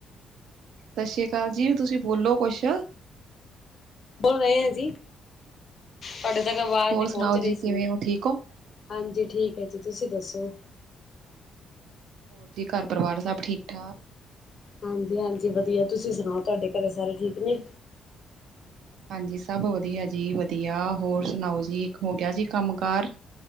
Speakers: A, on the right; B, on the left.
A: ਸਸ਼੍ਰੀਆ ਕਾਲ ਜੀ, ਤੁਸੀਂ ਬੋਲੋ ਕੁਸ਼?
B: ਬੋਲ ਰਏ ਆ ਜੀ, ਤੁਆਡੇ ਤੱਕ ਅਵਾਜ਼
A: ਹੋਰ
B: ਨਈਂ ਪੋਂਚ
A: ਸੁਣਾਓ
B: ਰਈ
A: ਜੀ
B: ਸੀ।
A: ਕਿਵੇਂ ਹੋ ਠੀਕ ਹੋ?
B: ਹਾਂਜੀ, ਠੀਕ ਐ ਜੀ ਤੁਸੀਂ ਦੱਸੋ?
A: ਹੋਰ ਜੀ ਘਰ ਪਰਿਵਾਰ ਸਬ ਠੀਕ-ਠਾਕ?
B: ਹਾਂਜੀ-ਹਾਂਜੀ, ਵਦੀਆ ਤੁਸੀਂ ਸੁਣਾਓ ਤੁਆਡੇ ਘਰੇ ਸਾਰੇ ਠੀਕ ਨੇ?
A: ਹਾਂਜੀ, ਸਭ ਵਦੀਆ ਜੀ ਵਦੀਆ, ਹੋਰ ਸੁਣਾਓ ਜੀ ਹੋ ਗਿਆ ਜੀ ਕੰਮ-ਕਾਰ?